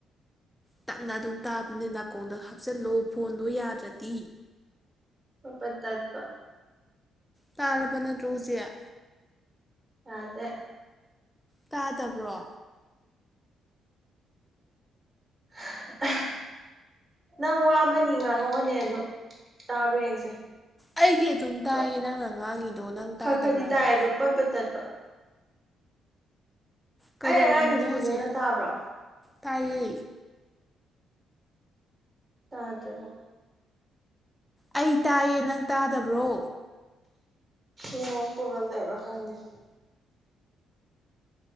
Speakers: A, in the centre; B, on the right.
A: ꯇꯞꯅ ꯑꯗꯨꯝ ꯇꯥꯕꯅꯤ ꯅꯥꯀꯣꯡꯗ ꯍꯥꯞꯆꯤꯜꯂꯣ ꯐꯣꯟꯗꯣ ꯌꯥꯗ꯭ꯔꯗꯤ
B: ꯄꯠ-ꯄꯠ ꯇꯠꯄꯥ
A: ꯇꯥꯔꯕ ꯅꯇ꯭ꯔꯣ ꯍꯧꯖꯤꯛ
B: ꯌꯥꯗꯦ
A: ꯇꯥꯗꯕ꯭ꯔꯣ
B: ꯍ ꯑꯍ ꯅꯪ ꯋꯥ ꯑꯃ-ꯅꯤ ꯉꯥꯡꯉꯛꯑꯣꯅꯦ ꯑꯗꯨꯝ ꯇꯥꯕ꯭ꯔ ꯌꯦꯡꯁꯦ
A: ꯑꯩꯗꯤ ꯑꯗꯨꯝ ꯇꯥꯏꯌꯦ
B: ꯈꯔ
A: ꯅꯪꯅ ꯉꯥꯡꯉꯤꯗꯣ ꯅꯪ ꯇꯥꯗꯕ꯭ꯔꯕ
B: ꯈꯔꯗꯤ ꯇꯥꯏ ꯑꯗꯣ ꯄꯠ ꯄꯠ ꯇꯠꯄ
A: ꯀꯩꯗꯧꯔꯝꯃꯤꯅꯣ
B: ꯑꯩꯅ ꯉꯥꯡꯉꯤꯁꯤ ꯐꯖꯅ
A: ꯍꯧꯖꯤꯛ
B: ꯇꯥꯕ꯭ꯔꯣ
A: ꯇꯥꯏꯌꯦ
B: ꯇꯥꯗ꯭ꯔꯥꯕꯣ
A: ꯑꯩ ꯇꯥꯏꯌꯦ ꯅꯪ ꯇꯥꯗꯕ꯭ꯔꯣ
B: ꯅ‌ꯣꯄꯒ ꯂꯩꯕ꯭ꯔ ꯈꯪꯗ‌ꯦ